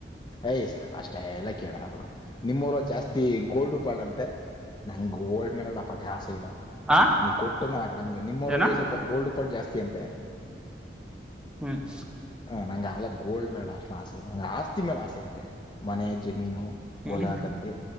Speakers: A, on the left (about 25°); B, in the centre.
A: ಏಯ್ ಸಾಕು ಅಷ್ಟೇ ಎಲ್ಲ ಕ್ಕೇಳಲ್ಲಾ ಗುರು ನಿಮ್ಮವರು ಜಾಸ್ತಿ ಗೋಲ್ಡ್ ಪಾಲ್ಡಂತೆ ನಂಗ ಗೋಲ್ಡ್ ಮೆಡಲ್ ಆಪಾಟಿ ಆಸೆ ಇಲ್ಲ ಬಿಡು
B: ಆ
A: ನೀ ಕೊಟ್ಟನು ಆಗದಂಗ ನಿಮ್ಮವರಲ್ಲಿ
B: ಏನ
A: ಸ್ವಲ್ಪ ಗೋಲ್ಡ್ ಪಾಲ್ಡು ಜಾಸ್ತಿ ಅಂತೆ <inaudible>
B: ಹ್ಮ್ಮ್.
A: ಹ ನಂಗ ಆಗ್ಲೆ ಗೋಲ್ಡ್ ಮೇಲೆ ಅಷ್ಟ ಆಸೆ ಇಲ್ಲ ಆಸ್ತಿ ಮೇಲೆ ಆಸೆ ಐತೆ ಮನೆ ಜಮೀನು
B: ಹ್ಮ್
A: ಹೊಲ ಗದ್ದೆ